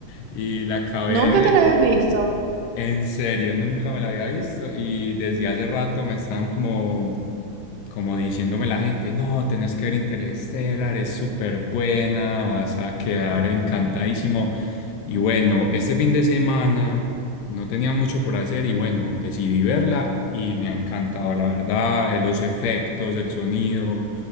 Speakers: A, on the left; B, on the right.
A: Y la acabé
B: Nunca
A: de ver
B: te la habías visto.
A: En serio, nunca me la había visto y desde hace rato me estaban como, como diciéndome la gente, no, tenés que ver Interstellar, es súper buena, vas a quedar encantadísimo. Y bueno, este fin de semana no tenía mucho por hacer y bueno, decidí verla y me ha encantado, la verdad, eh, los efectos, el sonido,